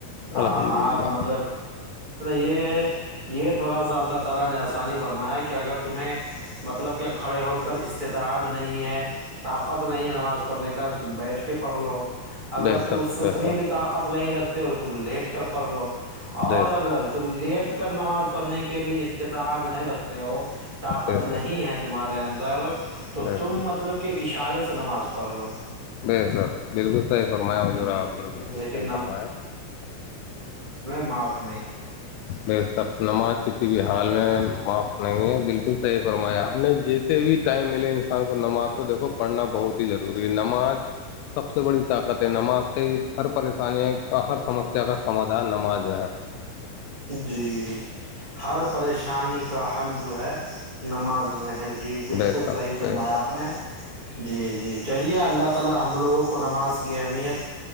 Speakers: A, on the right; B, on the left.
A: ہاں
B: الحمد للہ
A: آپ مطلب یہ یہ تھوڑا سا اللہ تعالی نے آسانی فرمایا کہ اگر تمہیں مطلب کہ کھڑے ہو کر استطاعت نہیں ہے طاقت نہیں ہے نماز پڑھنے کی کا تم بٹ کے پڑلو اگر
B: بےسک
A: ت اس سے
B: بےسک
A: اتنی بھی طاقت نہیں رکھتے ہو تو تم لیٹ کر پڑ رہے ہو اور
B: بےسک
A: اگر لیٹ کر نماز پڑھنے کے بھی استطاعت نہیں رکھتے ہو طاقت
B: بےسک
A: نہیں ہے تمہارے اندر در تو
B: بےسک
A: تم مطلب کہ اشارے سے نماز پڑھ پرلو
B: بے سر بالکل صحیح فرمایا ح
A: ہ
B: جورا آپ نے بالکل
A: لیکن
B: صحی فرمایا
A: معپ
B: ب سب نماز کی تھی بھی حال میں معاف نہیں ہے بالکل صحیح فرمایا آپ نے جیسے بھی ٹائم ملے انسان کو نماز تو دیکھو پڑھنا بہت ضروری ہے نماز سب سے بڑی طاقت ہے نماز سے ہر پریشانی کا ہر سمسیا کا سمادھان نماز میں ہے
A: جی ہر پریشانی کا حل جو ہے نماز میں ہے ج جی بالکل
B: بے شک
A: صحی فرمایا
B: بے شک
A: آپ نے جی جی چلیے اللہ تی ت ہم لوگوں کو نماز کی اہمیت